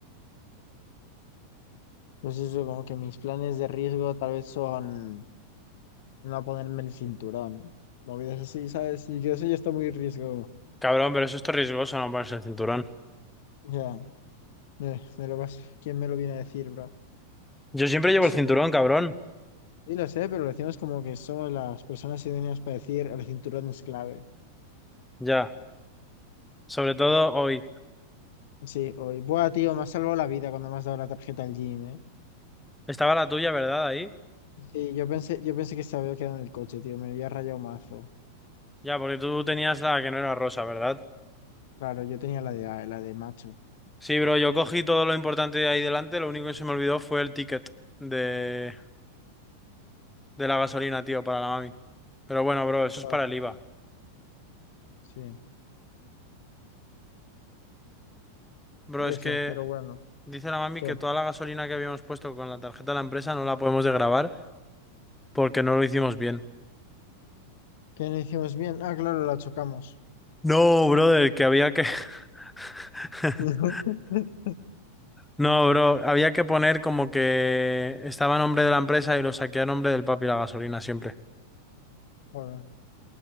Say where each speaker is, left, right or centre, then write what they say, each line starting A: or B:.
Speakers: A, on the left (about 55°); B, in the centre.
A: Pues eso, como que mis planes de riesgo tal vez son no ponerme el cinturón. Movidas así, ¿sabes? Y Yo eso ya está muy riesgo.
B: Cabrón, pero eso es todo riesgoso, no ponerse el cinturón.
A: Ya, eh, me lo vas, ¿quién me lo viene a decir, bro?
B: Yo siempre llevo el
A: Sé
B: cinturón, cabrón.
A: Sí, lo sé, pero lo decimos como que somos las personas idóneas para decir el cinturón es clave.
B: Ya. Sobre todo hoy.
A: Sí, hoy. Buah, tío, me has salvado la vida cuando me has dado la tarjeta al gym, ¿eh?
B: Estaba la tuya, ¿verdad? Ahí.
A: Sí, yo pensé, yo pensé que se había quedado en el coche, tío. Me había rayado mazo.
B: Ya, porque tú tenías la que no era rosa, ¿verdad?
A: Claro, yo tenía la de la de macho.
B: Sí, bro, yo cogí todo lo importante de ahí delante, lo único que se me olvidó fue el ticket de, de la gasolina, tío, para la mami. Pero bueno, bro, eso
A: Joder,
B: es para el IVA.
A: sí.
B: Bro,
A: F,
B: es que
A: pero bueno.
B: dice la mami
A: ¿Qué?
B: que toda la gasolina que habíamos puesto con la tarjeta de la empresa no la podemos desgravar porque no lo hicimos bien.
A: ¿Qué no hicimos bien. Ah, claro, la chocamos.
B: No, brother, que había que... <laughs>
A: <laughs>
B: No, bro, había que poner como que estaba a nombre de la empresa y lo saqué a nombre del papi la gasolina siempre.
A: Joder,